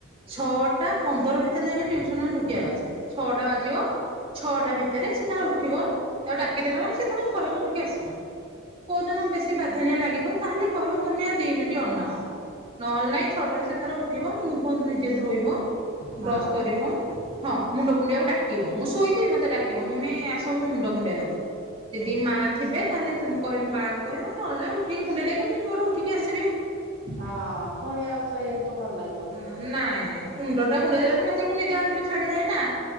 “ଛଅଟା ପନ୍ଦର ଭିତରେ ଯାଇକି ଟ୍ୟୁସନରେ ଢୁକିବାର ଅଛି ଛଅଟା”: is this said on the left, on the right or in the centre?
Right